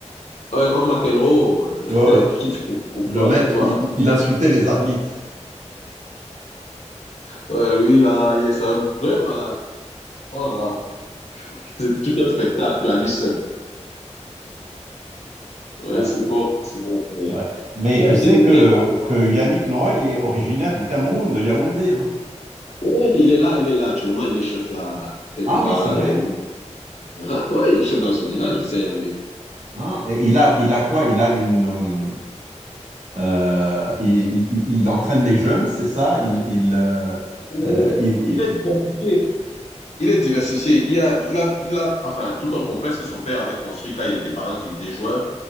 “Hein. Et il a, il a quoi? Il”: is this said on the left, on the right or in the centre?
Right